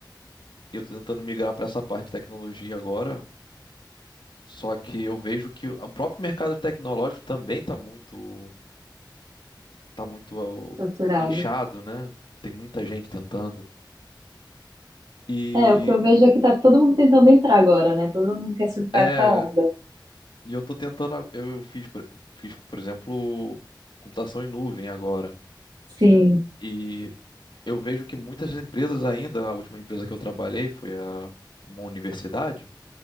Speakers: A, on the left; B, on the right.
A: e eu estou tentando migrar para essa parte de tecnologia agora, só que eu vejo que o próprio mercado tecnológico também está muito, tá muito ó,
B: saturado.
A: inchado, né? Tem muita gente tentando. E
B: É, o que eu vejo é que tá todo mundo tentando entrar agora, né? Todo mundo quer surfar
A: é,
B: essa onda.
A: e eu estou tentando, a- eu, eu fiz, por- fiz, por exemplo, computação em nuvem agora,
B: Sim,
A: e eu vejo que muitas empresas ainda, a última empresa que eu trabalhei foi a, uma universidade,